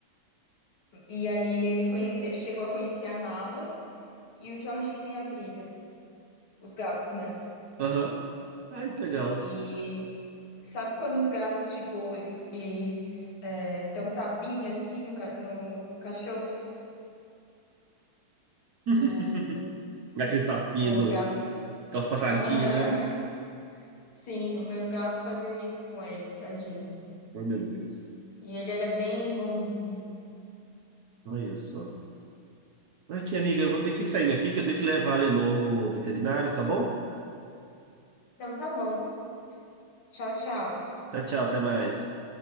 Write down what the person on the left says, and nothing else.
E aí ele conhece, chegou a conhecer a Nala e o Jorginho e a Brida, os gatos, né?
E sabe quando os gatos tipo eles, eles é, dão um tapinha assim no, ca- no cachorro,
o,
o
gato.
Aham.
<laughs> Sim, os meus gatos faziam isso com ele, tadinho.
E ele era bem bonzinho.
Então tá bom. Tchau, tchau.